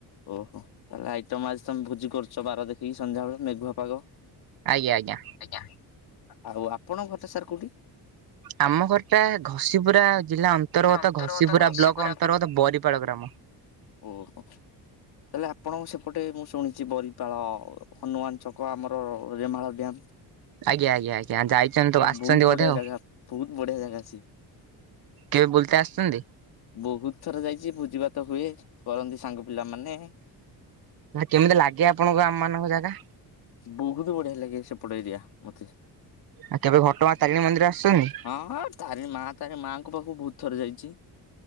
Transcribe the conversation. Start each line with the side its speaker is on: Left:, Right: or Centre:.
Left: ଓହୋ ତାହେଲେ ଆଇଟମ ଆଜି ତମେ ଭୋଜି କରୁଛ ବାର ଦେଖିକି ସନ୍ଧ୍ୟା ବେଳେ ମେଘୁଆ ପାଗ।
Right: ଆଜ୍ଞା ଆଜ୍ଞା।
Left: ଆଜ୍ଞା। ଆଉ ଆପଣଙ୍କ ଘରଟା ସାର୍ କୋଉଠି?
Right: ଆମ ଘର ଟା ଘସିିପୁରା ଜିଲ୍ଲା ଅନ୍ତର୍ଗତ
Left: ତା
Right: ଘସିି ପୁରା
Left: ଘଷିପୁରା
Right: ବ୍ଲକ ଅନ୍ତର୍ଗତ
Left: ବ୍ଲ
Right: ବରିପାଳ ଗ୍ରାମରେ।
Left: ଓହୋ। ତାହେଲେ ଆପଣଙ୍କ ସେପଟେ ମୁଁ ଶୁଣିଛି ବରିପାଳ ହନୁମାନ ଛକ ଆମର ରେମାଳ ଡ୍ୟାମ୍।
Right: ଆଜ୍ଞା ଆଜ୍ଞା ଆଜ୍ଞା ଯାଇଛନ୍ତି ତ ଆସିଛନ୍ତି
Left: ବହୁତ ବଢିଆ
Right: ବୋଧେ ଆଉ।
Left: ଜାଗା ବହୁତ ବଢିଆ ଜାଗା ସେ।
Right: କେବେ ବୁଲତେ ଆସିଛନ୍ତି
Left: ବହୁତ ଥର ଯାଇଛି ଭୋଜି ଭାତ ହୁଏ କରନ୍ତି ସାଙ୍ଗ ପିଲାମାନେ।
Right: କେମିତି ଲାଗେ ଆପଣଙ୍କୁ ଆମ ମାନଙ୍କ ଜାଗା?
Left: ବହୁତ ବଢିଆ ଲାଗେ ସେପଟ ଏରିଆ ମତେ।
Right: ଆଉ କେବେ ଘଟଗାଁ ତାରିଣୀ ମନ୍ଦିର ଆସିଛନ୍ତି?
Left: ହଁ ତାରିଣୀ ମା ତାରି ମାଆଙ୍କ ପାଖକୁ ବହୁତ ଥର ଯାଇଛି।